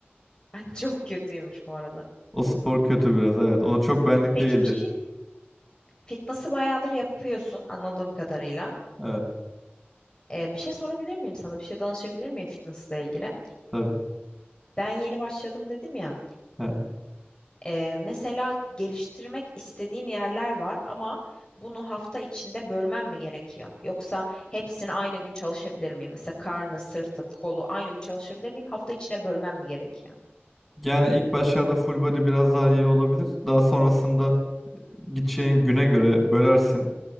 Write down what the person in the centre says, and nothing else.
O spor kötü biraz, evet. O çok benlik
değildi.
Evet,
tabii.
Evet.
Yani ilk başlarda full body biraz daha iyi olabilir. Daha sonrasında gideceğin güne göre bölersin.